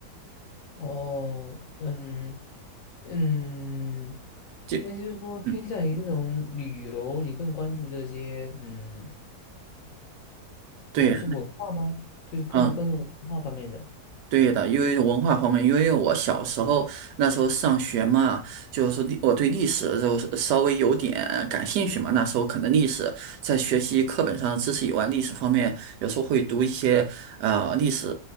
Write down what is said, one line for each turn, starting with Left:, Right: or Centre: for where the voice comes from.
Left: 哦，嗯嗯，
Right: 就
Left: 那就是说偏向于这种旅游，
Right: 嗯，
Left: 你更关注这些，嗯，
Right: 对，
Left: 我是文化吗？就是更关注文化方面的。
Right: 嗯。对的，因为文化方面，因为我小时候那时候上学嘛，就是历我对历史就是稍微有点感兴趣嘛。那时候可能历史在学习课本上的知识以外，历史方面有时候会读一些呃历史